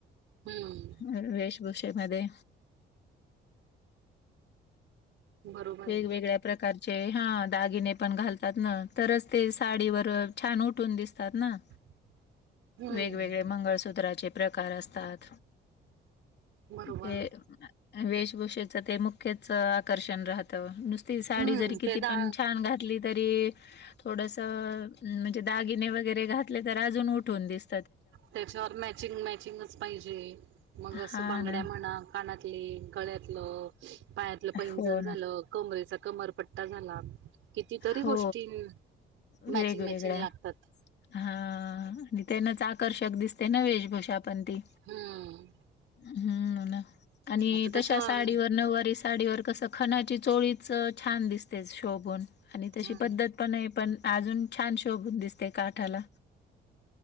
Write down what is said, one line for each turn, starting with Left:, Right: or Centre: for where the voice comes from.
Right: हम्म.
Left: व-वेश भूषेमध्ये.
Right: बरोबर आहे
Left: वेगवेगळ्या प्रकारचे, हां दागिने, पण घालतात ना, तरच ते साडीवर, छान उठून दिसतात ना.
Right: <inaudible> हम्म
Left: वेग-वेगळे मंगळसूत्राचे, प्रकार असतात.
Right: बरोबर
Left: हे, वेशभूषेच ते, मुख्यच आकर्षण राह त, नुसती साडी
Right: हम्म
Left: जरी किती
Right: ते दा
Left: पण, छान घा तली, तरी थोडस, म्हणजे दागिने वगैरे घातले, तर अजून उठून दिस
Right: त्याच्यावर मॅचिंग-मॅचिंगच पाहिजे, मग असं
Left: हा
Right: बांगड्या
Left: ना
Right: म्हणा कानातले, गळ्यातलं, पायातलं पैंजण
Left: हो
Right: झालं.
Left: ना.
Right: कमरेचा, कमरपट्टा झाला. कितीतरी
Left: हो
Right: गोष्टी, मॅचिंग-मॅचिंग
Left: वेगवेगळ्या
Right: लागतात.
Left: हा आणी तेनाच, आकर्षक दिसते ना, वेशभूषा पण ती.
Right: हम्म
Left: ह् ना, आणि
Right: आता
Left: तशा
Right: तसं
Left: साडीवर नववारी सा डीवर कसं, खनाची चोळीच, छान दिसतेच, शोभून. आणि तशी
Right: हम्म
Left: पद्धत पण ये पण, अजून छान शोभून दिसते, काठाला.